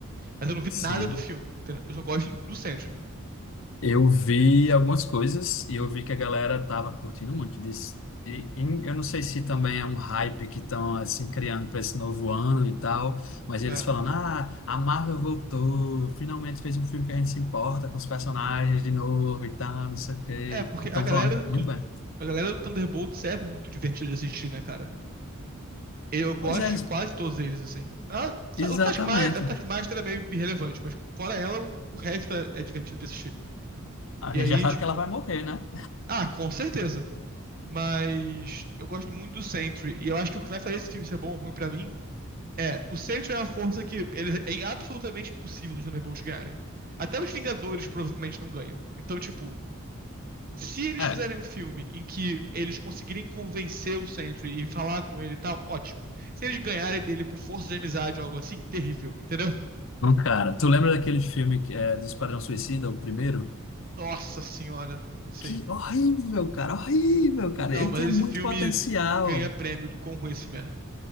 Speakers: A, on the right; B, on the left.
A: mas eu não vi
B: Sim.
A: nada do filme, entendeu? Eu só gosto do Sentry.
B: Eu vi algumas coisas e eu vi que a galera tava curtindo muito disso. E, em- eu não sei se também é um hype que estão assim criando para esse novo ano e tal, mas eles
A: É,
B: falando: "Ah, a Marvel voltou, finalmente fez um filme que a gente se importa com os personagens de novo e tal, não sei o quê".
A: é porque
B: Estão
A: a galera
B: falando
A: do, tu-
B: muito bem.
A: a galera do Thunderbolts é muito divertida de assistir, né, cara? Eu gosto
B: Pois é, eles...
A: de quase todos eles, assim. Ah,
B: exatamente.
A: o Taskmaster, a Taskmaster é meio irrelevante, mas fora ela, o, o resto é, é divertido de assistir.
B: A
A: E
B: gente
A: aí,
B: já sabe
A: tipo,
B: que ela vai morrer, né?
A: ah, com certeza. Mas eu gosto muito do Sentry. E eu acho que o que vai fazer esse filme ser bom ou ruim pra mim é. O Sentry é uma força que ele, é absolutamente impossível os Thunderbolts ganharem. Até os Vingadores provavelmente não ganham. Então, tipo, se eles
B: É,
A: fizerem um filme em que eles conseguirem convencer o Sentry e falar com ele e tal, ótimo. Se eles ganharem dele por força de amizade ou algo assim, terrível, entendeu?
B: bom, cara, tu lembra daquele filme que é, do Esquadrão Suicida, o primeiro?
A: Nossa senhora. Sim.
B: Que horrível, cara, horrível, cara.
A: Não,
B: Ele
A: mas
B: tinha
A: esse
B: muito
A: filme
B: potencial.
A: ganha prêmio do quão ruim esse filme é.